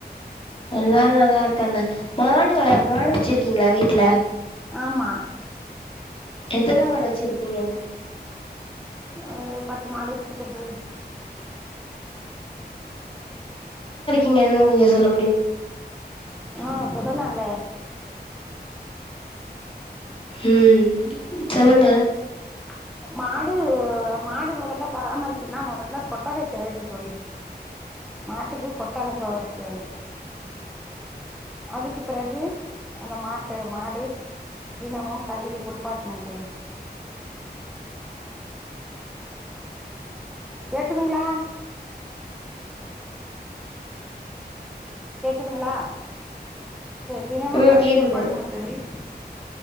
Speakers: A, on the left; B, in the centre.
A: எல்லாரு நல்லா இருக்காங்க மாடு வள மாடு வச்சிருக இருக்கீங்களா வீட்டு்ல
B: ஆமா
A: எத்தனை மாடு வச்சு இருக்கீங்க
B: அ பத்து மாடு வச்சிருக்கோ தோழி
A: இங்க இன்னும் கொஞ்ச சொல்லு
B: ஆ சொல்லலாங்களே
A: ம்
B: ம்
A: சொல்லுங்க
B: சொல் மாடு மாடு முதல்ல பராமரிக்கன்னா மொதல்ல கொட்டகை தேவைங்க தோழி மாட்டுக்கு கொட்டகை தேவை அதுக்கு பிறகு அந்த மாட்ட மாடு தினமும் கழுவி குளி்பாட் ம் தோழி கேக்குதுங்களா கேக்குதுங்களா தினமும்
A: ம்
B: கழுவி
A: கேக்குது
B: குளிப்பாட்டனும் தோழி